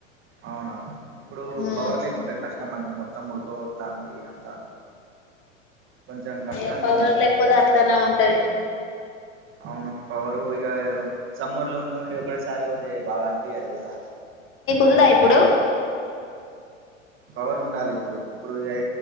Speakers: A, on the right; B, on the left.
A: అవునా ఇప్పుడు
B: ఉమ్
A: పవర్ లేకుంటే కష్టం అండి మొత్తం ఉడుకో తాంది అంతా కొంచెం కష్టంగా
B: ఉ ఏ పవర్
A: ఉంది
B: లేకపోతే అట్లానే ఉంటది
A: అవును పవరు ఇక ఓ సమ్మర్ లో ఉండి ఉండి ఒకడేసారి పోతే బాగా అనిపియ్యదు కదా
B: ఉందా ఇప్పుడు
A: పవర్ ఉండాలి ఇప్పుడు ఇప్పుడు గై